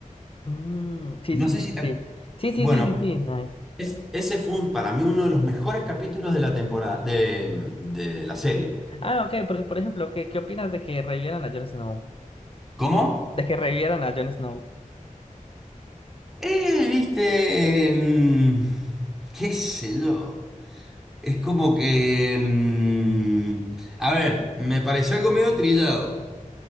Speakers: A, on the left; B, in the centre.
A: Mm, sí,
B: No
A: sí,
B: sé
A: sí,
B: si te-
A: sí. Sí, sí,
B: Bueno,
A: sí, sí, sí. sí, sí,
B: es- ese fue un- para mí uno de los mejores capítulos de la temporada, de, de la serie.
A: Ah, ok, porque por ejemplo, ¿qué, qué opinas de que revivieran a Jon Snow?
B: ¿Cómo?
A: De que revivieran a Jon Snow.
B: Eh, viste, mm, qué sé yo. Es como que... mm, a ver, me pareció algo medio trillado.